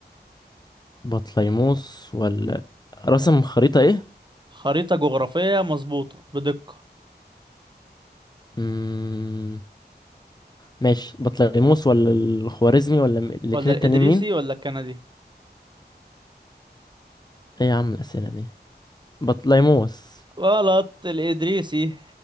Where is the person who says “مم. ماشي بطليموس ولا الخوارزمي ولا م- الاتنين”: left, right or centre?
Left